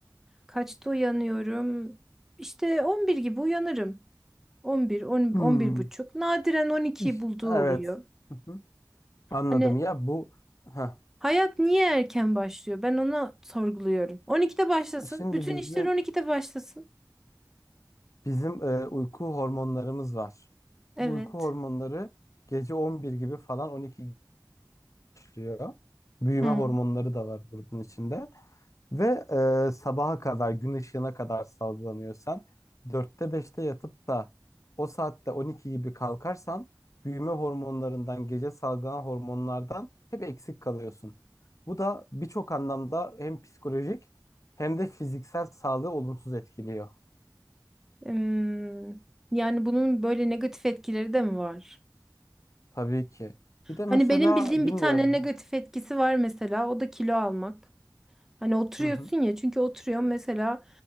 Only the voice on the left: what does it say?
Hmm.
İş-
Evet.
Hı hı. Anladım.
Ya bu Heh.
Şimdi
bizim
bizim e, uyku hormonlarımız var.
Bu uyku hormonları gece 11 gibi falan 12 başlıyor. Büyüme
hormonları da var bunun içinde. Ve e, sabaha kadar, gün ışığına kadar salgılanıyorsan, dörtte beşte yatıp da o saatte 12 gibi kalkarsan, büyüme hormonlarından, gece salgılanan hormonlardan hep eksik kalıyorsun. Bu da birçok anlamda hem psikolojik hem de fiziksel sağlığı olumsuz etkiliyor.
Tabii ki. Bir de
mesela
bilmiyorum.
Hı hı.